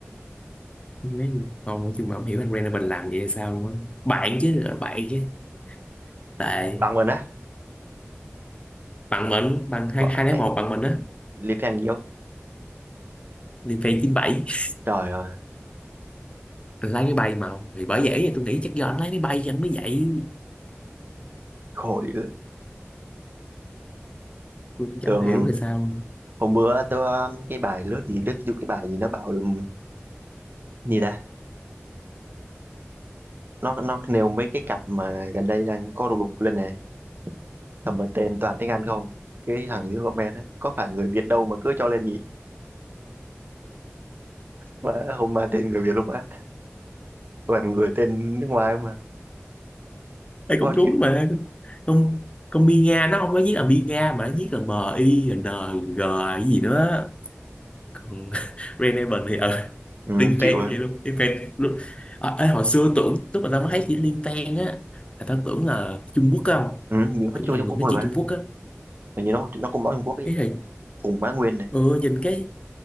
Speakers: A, on the left; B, on the right.
A: mấy không nói chung mà không hiểu anh Brandon mình làm vậy sao luôn á bạn chứ là bạn chứ tệ
B: bằng luôn á
A: bằng mình bằng hai
B: bỏ
A: hai lấy
B: em
A: một bằng mình á
B: Lý Phan nhiều
A: liên phen chín bảy <laughs>
B: trời ơi
A: anh lái máy bay mà vì bởi vậy tôi nghĩ chắc do anh lái máy bay cho anh mới vậy
B: khổ dữ
A: tôi cũng chẳng
B: tưởng
A: hiểu là sao
B: hôm bữa tôi um, cái bài lướt gì lướt vô cái bài gì nó bảo um, gì ta nó nó nêu mấy cái cặp mà gần đây đang có đùng đùng lên nè xong rồi tên toàn tiếng Anh không cái thằng dưới comment ấy, có phải người Việt đâu mà cứ cho lên nhỉ mà không mà tên người Việt luôn á toàn người tên nước ngoài mà
A: Đây
B: khó
A: cũng đúng
B: chịu
A: mà không con bi nga nó không có viết là bi nga mà nó viết là m i n g cái gì nữa còn <laughs> Renevan thì ờ
B: ừ,
A: Liên
B: chịu
A: Fan
B: à
A: cũng vậy luôn Liên Fan luôn à, ê, hồi xưa tưởng lúc mà tao mới thấy chữ Liên Fan á là tao tưởng là Trung Quốc á không
B: ừ, nhưng nó
A: tưởng
B: chưa
A: là người
B: Trung Quốc
A: nói
B: luôn
A: chuyện
B: mà
A: Trung Quốc á
B: mà như nó nó cũng bảo Trung Quốc ấy
A: ý thì
B: cùng Bá Nguyên này
A: ừ, nhìn cái